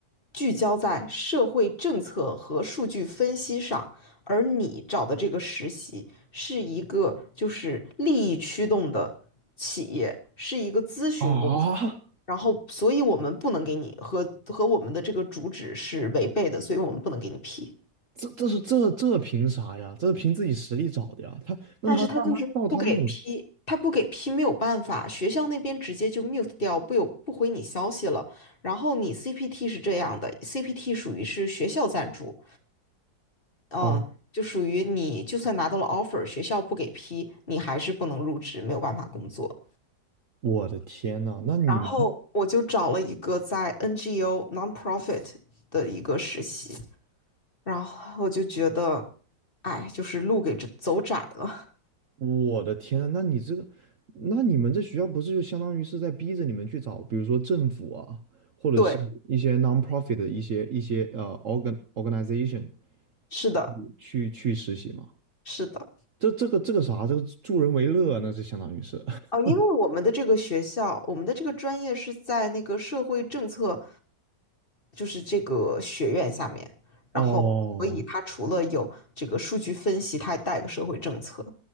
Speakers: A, on the left; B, on the right.
A: 聚焦在社会政策和数据分析上，而你找的这个实习是一个就是利益驱动的企业，是一个咨询公司。
B: 啊，
A: 然后所以我们不能给你和和我们的这个主旨是违背的，所以我们不能给你批。
B: 这这是这这凭啥呀？这是凭自己实力找的呀。他那他那他照他那种，
A: 但是他就是不给批，他不给批没有办法，学校那边直接就 mute 掉，不有不回你消息了。然后你 CPT 是这样的，CPT 属于是学校赞助，嗯，
B: 哦，
A: 就属于你就算拿到了 offer，学校不给批，你还是不能入职，没有办法工作。
B: 我的天呐，那你们，
A: 然后我就找了一个在 NGO nonprofit 的一个实习，然后我就觉得，哎，就是路给这走窄了。
B: 我的天呐，那你这个，那你们这学校不是就相当于是在逼着你们去找，比如说政府啊，
A: <laughs>
B: 或者是一些
A: 对，
B: non-profit 的一些一些呃 organ organization
A: 是的，
B: 去去去实习吗？
A: 是的。
B: 这这个这个啥，这个助人为乐，那就相当于是。<laughs>
A: 哦，因为我们的这个学校，我们的这个专业是在那个社会政策，就是这个学院下面，
B: 哦
A: 然后所以它除了有这个数据分析，它还带个社会政策。